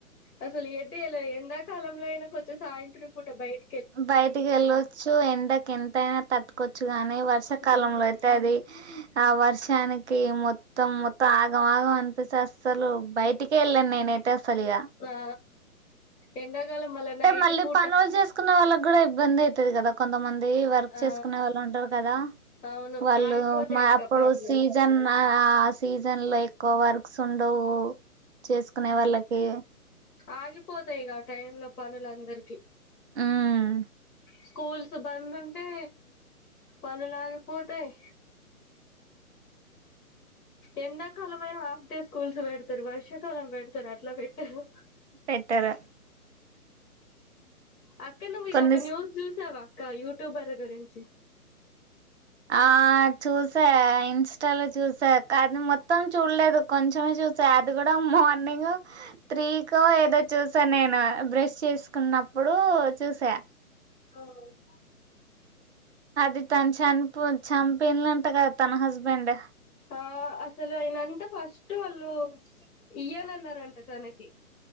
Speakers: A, on the left; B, on the right.
A: అసలు ఏ ఎండాకాలంలో అయినా కొంచెం సాయంత్రం పూట బయట
B: బయటికి వెళ్ళచ్చు ఎండకి ఎంతైనా తట్టుకోవచ్చు గానీ వర్షాకాలంలో
A: ఉమ్
B: అయితే అది ఆ వర్షానికి మొత్తం మొత్తం ఆగం ఆగం అనిపిస్తాది అస్సలు బయటికే వెళ్ళాను నేను నిను అయితే అస్సలు ఇయా
A: ఆ ఎండాకాలం మళ్ళా నైట్
B: మళ్ళీ
A: పూట
B: పనులు చేసుకునే వాళ్ళకి కూడా ఇబ్బంది అయితాది కదా కొంతమంది వర్క్
A: ఆ
B: చేసుకునే వాళ్ళు ఉంటారు కదా
A: అవును
B: వాళ్ళు
A: ఆగిపోతాయి అక్క
B: అప్పుడు
A: పనులు
B: సీజన్ ఆ సీజన్ లో ఎక్కువ వర్క్స్ ఉండవు చేసుకునే వాళ్ళకి
A: ఆగిపోతాయిక ఆ టైం లో పనులుందరికి
B: ఉమ్
A: స్కూల్స్ బంద్ ఉంటే పనులు అగిపోతాయి ఎండకాలం అయినా హాఫ్ డే స్కూల్స్ పెడతారు వర్షాకాలం పెడతార అట్లా పెట్టారు
B: పెట్టార
A: అక్క నువ్వు ఇది
B: కొన్ని
A: ఒక న్యూస్ చూసావ అక్క యూట్యూబర్ గురించి
B: ఆ చూసా ఇన్స్టాలో చూస్ అది మొత్తం చూడలేదు కొంచెమే చూసా అది కూడా మార్నింగ్ త్రీకా ఏదో <unintelligible> చూసా నేను బ్రష్ చేసుకున్నప్పుడు చూసా
A: అవున్
B: అది తను చంపు చంపిండంటా కదా తన హస్బెండ్
A: ఆ అసలు ఆయనంతా ఫస్ట్ వాళ్ళు ఇయ్యానన్నారు అంటా తనకి